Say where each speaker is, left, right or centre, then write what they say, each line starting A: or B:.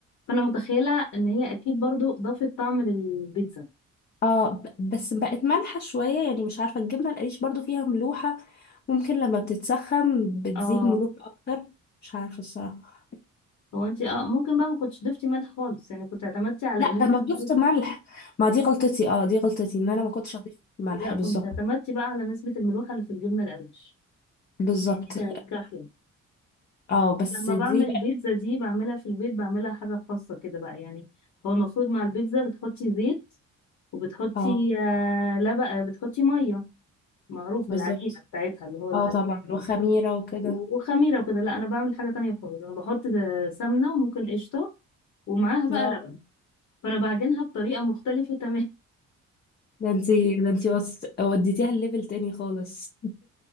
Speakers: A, on the left (about 65°); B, on the left (about 35°).
A: فأنا متخيلة إن هي أكيد برضو ضافت طعم للبيتزا
B: اه ب- بس بقت مالحة شوية يعني مش عارفة الجبنة القريش برضو فيها ملوحة ممكن لما بتتسخن بتزيد
A: اه
B: ملوحة أكتر مش عارفة الصراحة
A: هو انت اه ممكن بقى ما كنتش ضفتي ملح خالص يعني كنت اعتمدتي على
B: لا
A: ان انت
B: ده أنا
A: بت-
B: ضفت ملح ما دي غلطتي اه دي غلطتي إن
A: مم.
B: أنا ما كنتش أضيف ملح
A: لا كنت
B: بالظبط
A: اعتمدتي بقى على نسبة الملوحة اللي في الجبنة القريش
B: بالظبط
A: يعني دي كانت كافية
B: اه بس
A: لما
B: دي
A: بعمل
B: بقى
A: البيتزا دي بعملها في البيت بعملها حاجة خاصة كده بقى يعني هو المفروض مع البيتزا بتحطي زيت وبتحطي
B: اه
A: آه لبن آه، بتحطي مية معروفة
B: بالظبط
A: العجينة بتاعتها اللي هو العجينة
B: اه طبعا وخميرة وكده
A: وخميرة وكده لا أنا بعمل حاجة تانية خالص أنا بحط سمنة وممكن قشطة ومعاها بقى
B: اه
A: لبن فأنا بعجنها بطريقة مختلفة تماما
B: ده انتي ده انتي وص... وديتيها الليفل تاني خالص